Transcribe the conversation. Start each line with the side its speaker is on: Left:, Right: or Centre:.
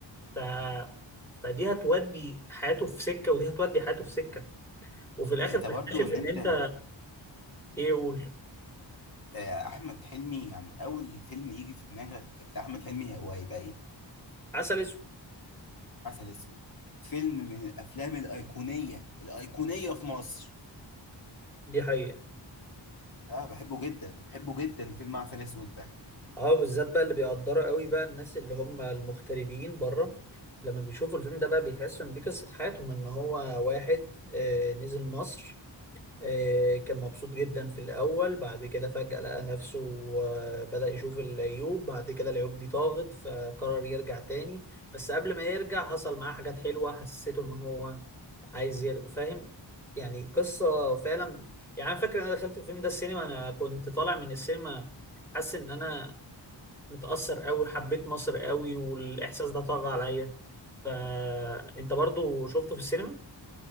Centre: ف فدي هتودي حياته في سكه ودي هتودي حياته في سكه وفي الاخر
Left: انت
Centre: تكتشف
Left: برضو ان
Centre: ان
Left: انت
Centre: انت ايه قول
Left: آه، احمد حلمي يعني اول فيلم يجي في دماغك لاحمد حلمي هو هيبقى ايه
Centre: عسل اسود
Left: عسل اسود فيلم من الافلام الايقونيه الايقونيه في مصر
Centre: دي حقيقة
Left: اه بحبه جدا بحبه جدا فيلم عسل اسود ده
Centre: اه بالذات بقى اللي بيقدروا قوي بقى الناس اللي هم المغتربين بره لما بيشوفوا الفيلم ده بقى بيحسوا ان دي قصة حياتهم ان هو واحد آه نزل مصر آه كان مبسوط جدا في الاول بعد كده فجأة لقى نفسه آه بدأ يشوف العيوب بعد كده العيوب دي طاغت فقرر يرجع تاني بس قبل ما يرجع حصل معاه حاجات حلوة حسيته ان هو عايز يرجع فاهم يعني قصة فعلا يعني أنا فاكر ان انا دخلت الفيلم ده السينما انا كنت طالع من السينما حاسس ان انا متأثر قوي حبيت مصر قوي والإحساس ده طغى عليا فأنت برضو شفته في السينما؟